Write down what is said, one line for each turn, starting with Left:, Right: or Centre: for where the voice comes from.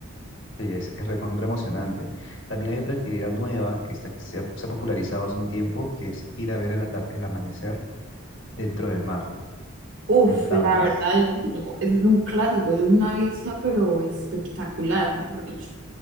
Left: Sí, es, es recontra emocionante. También hay otra actividad nueva que, está, que se ha, se ha popularizado hace un tiempo, que es ir a ver el, atar- el amanecer dentro del mar,
Right: Uf,
Left: en tablas.
Right: la verdad, no, eso es un clásico, eso es una vista, pero espectacular, mejor dicho.